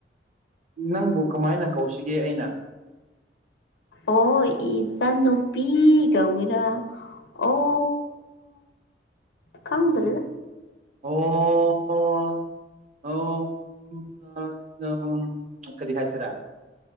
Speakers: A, on the right; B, on the left.
A: ꯅꯪꯕꯨ ꯀꯃꯥꯏꯅ ꯀꯧꯁꯤꯒꯦ ꯑꯩꯅ
B: ꯑꯣ ꯏꯆꯟꯅꯨꯄꯤ ꯀꯧꯋꯦꯔꯥ ꯑꯣ ꯈꯪꯗ꯭ꯔꯗ
A: ꯑꯣ ꯑꯣ ꯀꯗꯤ ꯍꯥꯏꯁꯤꯔ